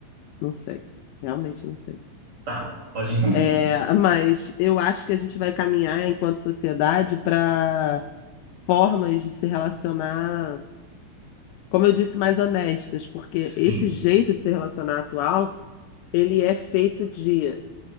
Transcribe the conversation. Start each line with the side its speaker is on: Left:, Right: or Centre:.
Left: Não sei, realmente não sei.
Right: Tá, pode. <laughs>
Left: É, mas eu acho que a gente vai caminhar enquanto sociedade para formas de se relacionar, como eu disse, mais honestas, porque
Right: Sim.
Left: esse jeito de se relacionar atual, ele é feito de